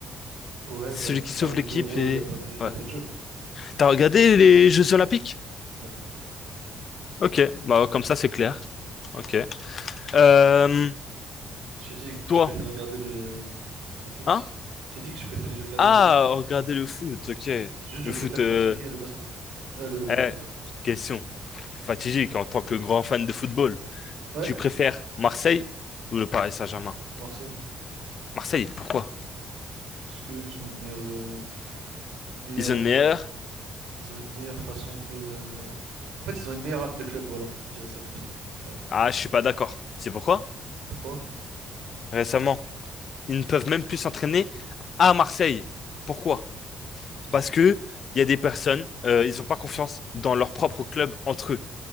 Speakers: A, on the right; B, on the left.
A: Ouais,
B: Celui
A: bah, sans
B: qui sauve
A: libéraux,
B: l'équipe et.
A: il n'y a pas de, y
B: Ouais.
A: a pas de jeu, quoi.
B: T'as regardé les Jeux Olympiques?
A: Non.
B: Ok, bah, comme ça, c'est clair. Ok. Euh,
A: j'ai dit que
B: toi,
A: je préfère regarder le, le foot.
B: hein?
A: J'ai dit que je préférais regarder
B: Ah,
A: le
B: regardez le foot, ok.
A: C'est juste, je
B: Le
A: préfère
B: foot. euh,
A: pratiquer le basket, euh, le, le
B: Eh,
A: volley, pardon.
B: question fatidique en tant que grand fan de football.
A: Ouais,
B: Tu préfères Marseille ou le Paris Saint-Germain?
A: Marseille,
B: Marseille, pourquoi?
A: parce qu'ils ont une meilleure, euh, une meilleure,
B: Ils ont le
A: euh,
B: meilleur?
A: ils ont une meilleure façon de. En fait, ils ont une meilleure âme de club, voilà. Je dirais ça comme ça. Voilà.
B: Ah, je suis pas d'accord. C'est pourquoi?
A: Pourquoi?
B: Récemment, ils ne peuvent même plus s'entraîner à Marseille. Pourquoi? Parce que il y a des personnes, euh, ils n'ont pas confiance dans leur propre club entre eux.